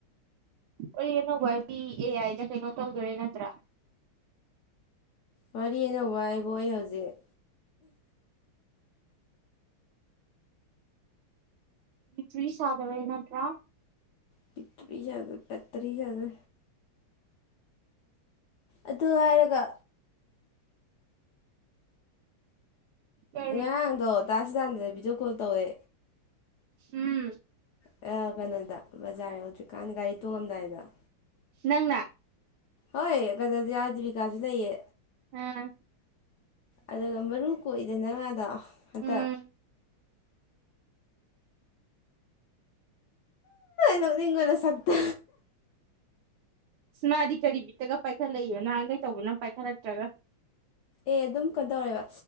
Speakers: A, on the right (about 80°); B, on the left (about 75°).
A: ꯑꯣ ꯑꯅꯧꯕ ꯕꯤ ꯑꯦ ꯑꯥꯏꯗ ꯀꯩꯅꯣ ꯇꯧꯗꯣꯔꯦ ꯅꯠꯇ꯭ꯔꯥ
B: ꯋꯥꯔꯤꯅ ꯋꯥꯏꯕ ꯑꯩ ꯍꯧꯖꯤꯛ
A: ꯇꯔꯤꯁꯗꯕ ꯌꯦꯅꯠꯇꯥ
B: ꯄꯤ ꯇꯕꯤ ꯌꯥꯒ ꯄꯠꯇꯔꯤ ꯌꯥꯒ ꯑꯗꯨ ꯍꯥꯏꯔꯒ
A: ꯀꯔꯤ
B: ꯉꯔꯥꯡꯗꯣ ꯇꯥꯁꯤ ꯇꯥꯟꯗꯗ ꯚꯤꯗꯤꯑꯣ ꯀꯣꯜ ꯇꯧꯋꯦ
A: ꯎꯝ
B: ꯑ ꯀꯩꯅꯣꯗ ꯕꯖꯥꯔ ꯍꯧꯖꯤꯛꯀꯥꯟ ꯒꯥꯔꯤ ꯇꯣꯡꯉꯝꯗꯥꯏꯗ
A: ꯅꯪꯅ
B: ꯍꯣꯏ ꯀꯗꯥꯗꯤ ꯌꯥꯎ ꯖꯤꯕꯤꯀꯥꯁꯨ ꯂꯩꯌꯦ
A: ꯎꯝ
B: ꯑꯗꯨꯒ ꯃꯔꯨ ꯀꯣꯛꯏꯗꯅ ꯃꯥꯥꯗꯣ ꯍꯟꯇ
A: ꯎꯝ
B: ꯉꯟꯅ ꯁꯞꯇ
A: ꯏꯁꯃꯗꯤ ꯀꯔꯤꯕꯤꯠꯇꯒ ꯄꯥꯏꯈꯠꯂꯛꯏꯕ ꯅꯍꯥꯟꯒꯩ ꯇꯧꯕꯅꯣ ꯄꯥꯏꯈꯠꯂꯛꯇ꯭ꯔꯒ
B: ꯑꯦ ꯑꯗꯨꯝ ꯀꯩꯅꯣ ꯇꯧꯔꯦꯕ